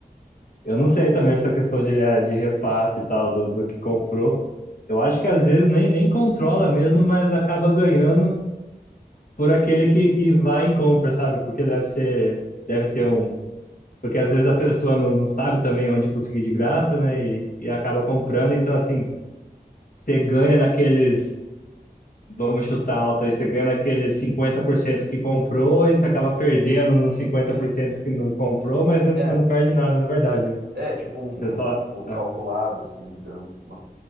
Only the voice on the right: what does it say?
Sim.
Sim.
É.
É, tipo um,
um risco
calculado, assim, digamos. Uma-